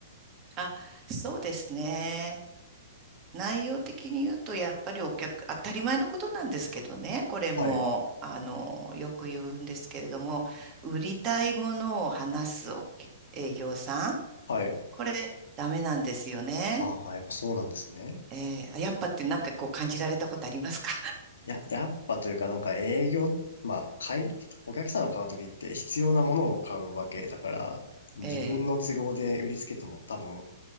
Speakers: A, on the right (about 30°); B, on the left (about 75°).
A: あ、そうですね。内容的に言うと、やっぱりお客、当たり前のことなんですけどね、これも、
B: はい。
A: あの、よく言うんですけれども、売りたいものを話すお客営業さん、
B: はい。
A: これ、ダメなんですよね。
B: ああ、やっぱそうなんですね。
A: えー、あやっぱってなんかこう感じられたことありますか
B: や、やっぱというかなんか営業、まあ、買い、お客さんが買うときって必要なものを買うわけだから、自分の都合で売りつけても多分
A: <laughs> え